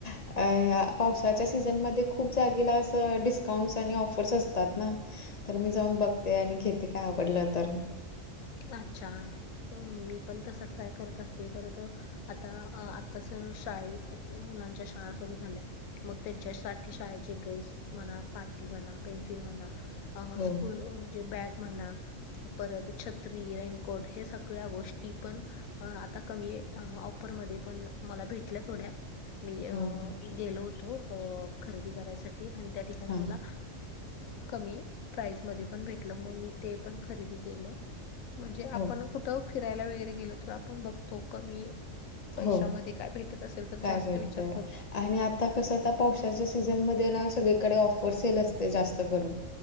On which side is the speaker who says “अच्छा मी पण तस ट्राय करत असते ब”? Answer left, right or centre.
Left